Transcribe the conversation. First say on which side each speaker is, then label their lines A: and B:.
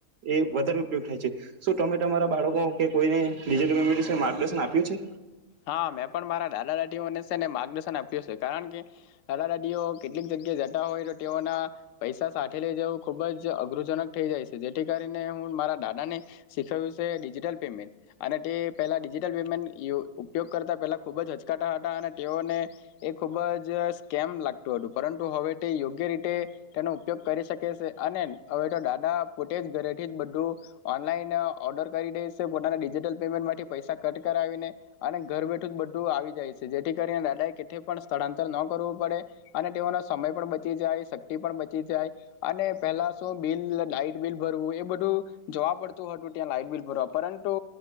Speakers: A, on the right; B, on the left.
A: એ વધારે ઉપયોગ થાય છે શું તમે તમારા બાળકો કે કોઈનેટલમેન્ટ માર્ગદર્શન આપ્યું છે.
B: હા મેં પણ મારા દાદા દાદીઓનેને માર્ગદર્શન આપ્યું છે કારણ કે દાદા દાદીઓ કેટલીક જગ્યા જતા હોય તો તેઓના પૈસા સાથે લઇ જવું ખુબ જ અઘરુંજનક થઇ જાય છે જેથી કરીને હું મારા દાદાને શીખવ્યું છે ડિજિટલ પેમેન્ટ અને તે પહેલા ડિજિટલ પેમેન્ટ ઉપયોગ કરતા પહેલા ખુબ જ હચકાતાા હતા અને તેઓને એ ખૂબ જ સ્કેમ લાગતું હતું પરંતુ હવે તે યોગ્ય રીતે તેનો ઉપયોગ કરી શકે છે અને હવે તો દાદા પોતે જ ઘરેથી જ બધું ઓનલાઈન ઓર્ડર કરી દે છે પોતાના ડિજિટલ પેમેન્ટ થી પૈસા કટ કરાવીને અને ઘર બેઠું જ બધું આવી જાય છે જેથી કરીને દાદા એ કે પણ સ્થળાંતર ન કરવું પડે અને તેઓનો સમય પણ બચી જાય શક્તિ પણ બચી જાય અને પહેલા શું બિલ લાઈટ બિલ ભરવું એ બધું જોવા પડતું હતું ત્યાં લાાઈટ બિલ ભરવા પરંતુ